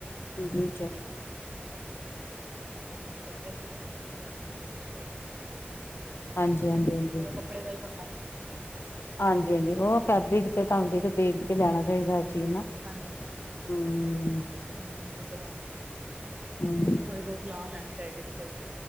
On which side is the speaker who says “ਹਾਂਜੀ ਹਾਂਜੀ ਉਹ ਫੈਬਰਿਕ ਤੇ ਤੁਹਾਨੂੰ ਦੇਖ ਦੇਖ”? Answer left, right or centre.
Left